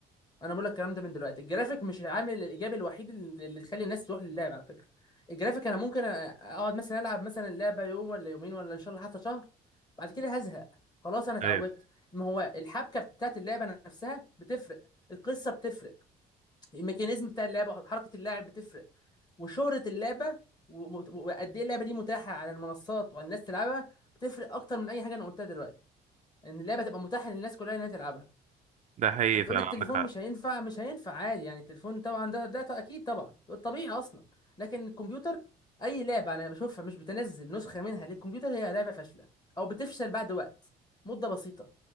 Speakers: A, on the left; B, on the right.
A: انا بقول لك الكلام ده من دلوقتي الجرافيك مش العامل الايجابي الوحيد اللي اللي يخلي الناس تروح للعب على فكره الجرافيك انا ممكن أ- اقعد مثلا العب مثلا اللعبه يوم ولا يومين ولا ان شاء الله حتى شهر بعد كده هزهق خلاص انا اتعودت
B: ايوه
A: ما هو الحبكه بتاعت اللعبه نفسها بتفرق القصه بتفرق الميكانيزم بتاع اللعبه حركه اللاعب بتفرق وشهره اللعبه و- و- وقد ايه اللعبه دي متاحه على المنصات والناس تلعبها بتفرق اكتر من اي حاجه انا قلتها دلوقتي ان اللعبه تبقى متاحه للناس كلها انها تلعبها
B: ده حقيقي
A: هتقولي
B: فعلا
A: التليفون
B: عندك حق
A: مش هينفع مش هينفع عادي يعني التليفون طبعا ده ده اكيد طبعا طبيعي اصلا لكن الكمبيوتر اي لعبه انا بشوفها مش بتنزل نسخه منها للكمبيوتر هي لعبه فاشله او بتفشل بعد وقت مده بسيطه